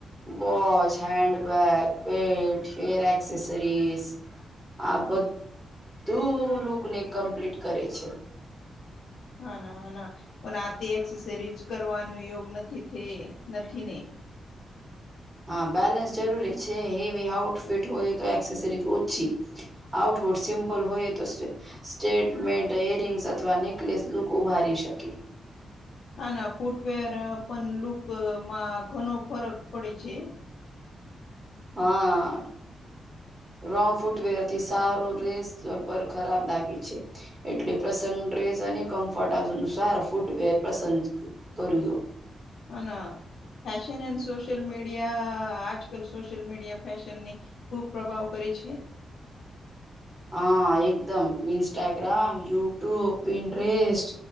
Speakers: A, on the right; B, on the left.
A: watch handbag belt hair accessories આ બધ તું લુક ને કમ્પ્લીટ કરે છે
B: હા ના હા ના પણ આ તે એક્સસરીજ કરવાનું યોગ નથી નથી ને
A: હા બેલેન્સ જરૂરી છે હેવી આઉટફિટ હોય તો એક્સેસરી ઓછી આઉટવુટ સિમ્પલ હોય તો સ્ટેટમે ર રિંગ્સ અથવા નેકલેસ લુક ઉભારી શકે
B: હા ના ફૂટવેર પણ લુકમાં ઘણો ફરક પડે છે
A: હા રોંગ ફૂટવેર થી સારો રેસ પર ખરાબ લાગે છે એટલે પ્રસંગ ડ્રેસ અને કમફટ આ સારા ફૂટવેર પસંદ કર્યો
B: હ ના ફશન એન્ડ સોશયલ મીડિયા આજ કલ સોશિયલ મીડિયા ફશનની ખૂબ પ્રભાવ કરે છે
A: હા એકદમ Instagram YouTube Pinterest